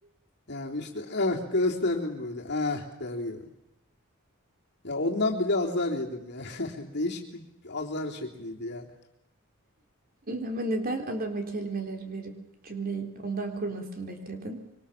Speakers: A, on the left; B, on the right.
A: Yani işte ah gösterdim böyle ah der gibi. Ya ondan bile azar yedim ya. <laughs> Değişik bir azar şekliydi ya.
B: Ama neden adama kelimeleri verip cümleyi ondan kurmasını bekledin?